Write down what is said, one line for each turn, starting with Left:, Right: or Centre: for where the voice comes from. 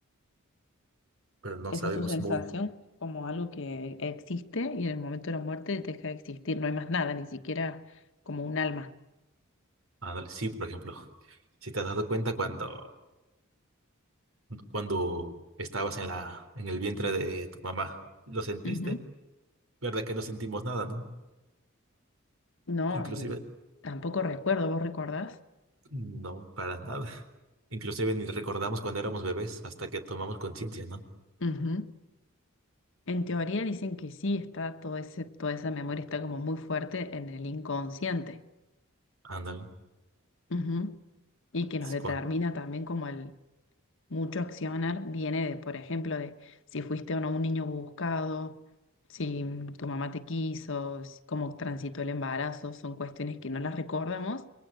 Right: pero no
Left: Esa
Right: sabemos
Left: es tu sensación
Right: muy
Left: como algo que existe y en el momento de la muerte deja de existir. No hay más nada, ni siquiera como un alma.
Right: Ándale, sí, por ejemplo, si te has dado cuenta cuando, cuando estabas en la, en el vientre de tu mamá, ¿lo sentiste?
Left: Ujú.
Right: ¿Verdad que no sentimos nada, no?
Left: No,
Right: Inclusive,
Left: y tampoco recuerdo, ¿vos recordás?
Right: no, para nada. <laughs> Inclusive ni recordamos cuando éramos bebés hasta que tomamos conciencia, ¿no?
Left: Ujú. En teoría dicen que sí está todo ese, toda esa memoria está como muy fuerte en el inconsciente
Right: Ándale,
Left: Ujú. y que
Right: sí,
Left: nos determina
Right: cua-
Left: también como el, Mucho accionar viene de, por ejemplo, de si fuiste o no un niño buscado, si mm, tu mamá te quiso, si- cómo transitó el embarazo, son cuestiones que no las recordamos,